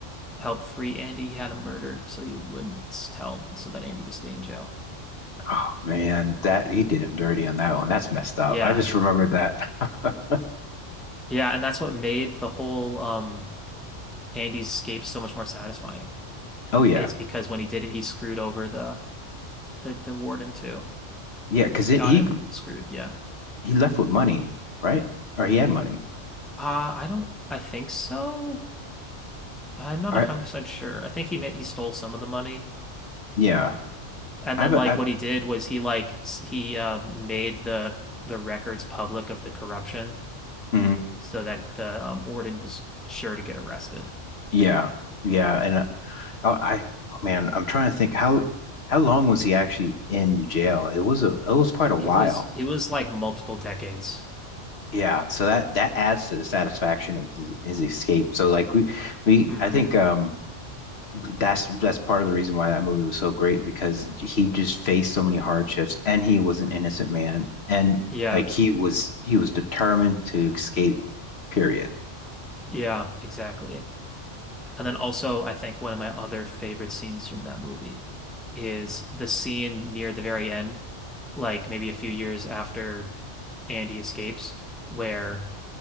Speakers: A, in the centre; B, on the left.
A: help free Andy. He had him murdered, so he wouldn't tell, so that Andy would stay in jail.
B: Oh, man, that he did him dirty on that one. That's messed up.
A: Yeah.
B: I just remembered that. <laughs>
A: Yeah, and that's what made the whole um Andy's escape so much more satisfying.
B: Oh yeah,
A: Is because when he did it, he screwed over the the, the warden too
B: yeah. Because
A: and
B: he
A: got him screwed. Yeah.
B: he left with money, right? Or he had money.
A: Uh, I don't I think so. I'm not
B: I
A: 100% sure. I think he meant he stole some of the money.
B: yeah.
A: And
B: I've
A: then
B: I
A: like
B: have
A: what
B: a.
A: he did was he like he um made the the records public of the corruption
B: mhm.
A: so that the um, warden was sure to get arrested.
B: Yeah, yeah, and I, I, oh, man, I'm trying to think how how long was he actually in jail? It was a it was quite a while.
A: It was it was like multiple decades.
B: Yeah, so that that adds to the satisfaction of his, his escape. So like we we
A: hmm
B: I think um th- that's that's part of the reason why that movie was so great because he just faced so many hardships and he was an innocent man and
A: Yeah.
B: like he was he was determined to escape, period.
A: Yeah, exactly. And then also I think one of my other favorite scenes from that movie is the scene near the very end, like maybe a few years after Andy escapes, where